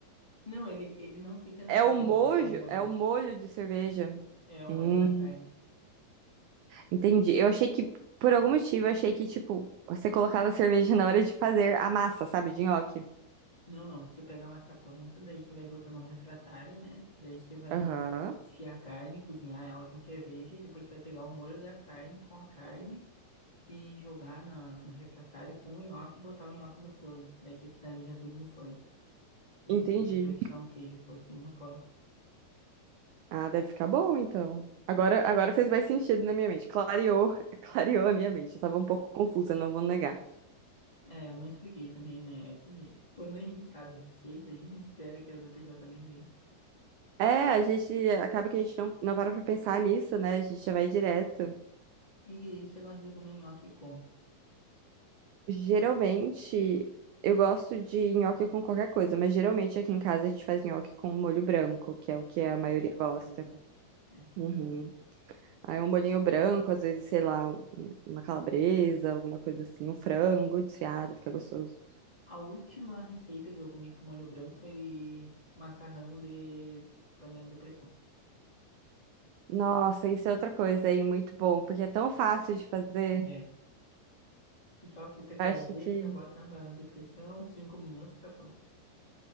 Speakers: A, on the left; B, on the right.
A: Não, ele, ele não fica na
B: É
A: cerveja,
B: o mojo,
A: né? É o molho.
B: é o molho de cerveja.
A: É o
B: Hum.
A: molho da carne.
B: Entendi. Eu achei que, por algum motivo, eu achei que, tipo, você colocava cerveja na hora de fazer a massa, sabe, de nhoque.
A: Não, não. Você pega a massa pronta, daí você vai botar num refratário, né? Daí você vai
B: Aham.
A: desfiar a carne, cozinhar ela com cerveja. E depois você vai pegar o molho da carne com a carne e jogar na, no refratário com o nhoque e botar o nhoque no forno. Daí você finaliza tudo no forno. E
B: Entendi.
A: de que regra tirar um queijo por cima pode.
B: Ah, deve ficar bom, então. Agora, agora fez mais sentido na minha mente. Clareou, <laughs> clareou a minha mente. Eu tava um pouco confusa, não vou negar.
A: É, eu não expliquei também, né? É Que quando a gente sabe a receita, a gente espera que a outra pessoa também dê.
B: É, a gente acaba que a gente não, não para pra pensar nisso, né? A gente já vai direto.
A: E você gosta de comer nhoque como?
B: Geralmente, eu gosto de nhoque com qualquer coisa, mas geralmente aqui em casa a gente faz nhoque com molho branco, que é o que
A: Molho
B: a maioria
A: branco. Nossa,
B: gosta.
A: muito bom. É.
B: Uhum. Aí um bolinho branco, às vezes, sei lá, um- um, uma calabresa, alguma coisa assim, um frango desfiado, fica gostoso.
A: A última receita que eu comi com molho branco foi macarrão de panela de pressão.
B: Nossa, isso é outra coisa aí, muito bom, porque é tão fácil de fazer.
A: É. E Só frita calabresa,
B: Acho que,
A: bota na panela de pressão, cinco minutos, tá pronto.